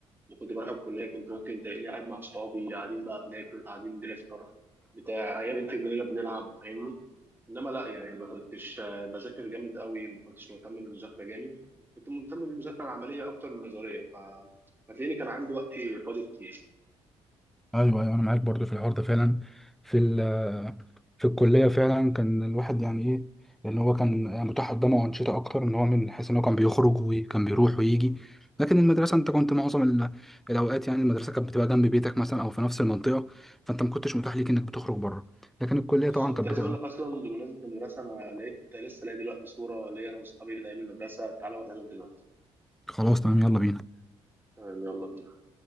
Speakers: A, on the right; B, in the centre.
A: ما كنت بروح الكلية كنت ممكن تلاقيني قاعد مع أصحابي قاعدين بقى بناكل قاعدين بنفطر بتاع قاعدين في الجنينة بنلعب فاهمني إنما لأ يعني ما كنتش آه، بذاكر جامد قوي ما كنتش مهتم بالمذاكرة جامد كنت مهتم بالمذاكرة العملية أكتر من النظرية ف- فتلاقيني كان عندي وقت فاضي كتير
B: ايوه ايوه انا معاك برضو في الحوار ده فعلا في ال- في الكليه فعلا كان الواحد يعني ايه لان هو كان يعني متاح قدامه انشطه اكتر ان هو من حيث ان هو كان بيخرج وكان بيروح ويجي لكن المدرسه انت كنت معظم ال- الاوقات يعني المدرسه كانت بتبقى جنب بيتك مثلا او في نفس المنطقه فانت ما كنتش متاح ليك انك بتخرج بره لكن الكليه
A: بالظبط
B: طبعا كانت
A: عايز
B: بتبقى
A: اقول لك اصلا بمناسبه المدرسه انا لقيت لسه لاقي دلوقتي صوره ليا انا واصحابي من ايام المدرسه تعالى اوريها لك دلوقتي
B: خلاص تمام يلا بينا
A: تمام يلا بينا